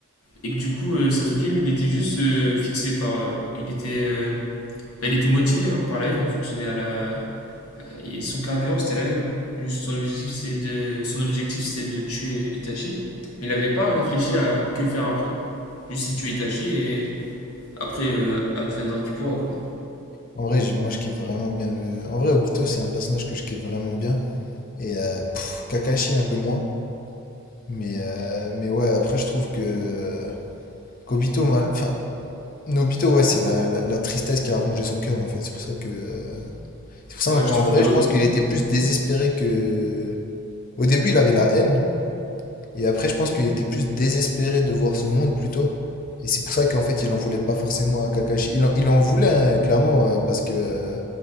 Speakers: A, on the left (about 85°); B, on the left (about 40°).
A: Et que du coup, euh, Sasuke, lui, il était juste euh, fixé par. euh, il était. euh, enfin, il était motivé hein, par la haine, il fonctionnait à la. et son carburant, c'était la haine. hein. Juste, son objectif, c'était de, son objectif, c'était de tuer Itachi. Mais il n'avait pas réfléchi à que faire après. Juste, il tuait Itachi et après, euh, adviendra qui pourra, quoi.
B: En vrai, j'ai- moi, je kiffe vraiment bien le. En vrai, Obito, c'est un personnage que je kiffe vraiment bien. Et euh, pff, Kakashi, un peu moins. Mais, euh, mais ouais, après, je trouve que. euh, qu'Obito, moi, enfin, Nobito, ouais, c'est la, la, la tristesse qui a rongé son cœur, en fait. C'est pour ça que. euh, C'est pour ça
A: Moi, je
B: qu'en
A: trouve
B: vrai,
A: que. euh,
B: je pense qu'il était plus désespéré que. Au début, il avait la haine. Et après, je pense qu'il était plus désespéré de voir ce monde plutôt. Et c'est pour ça qu'en fait, il en voulait pas forcément à Kakashi. Il en, il en voulait, hein, clairement, euh, parce que euh,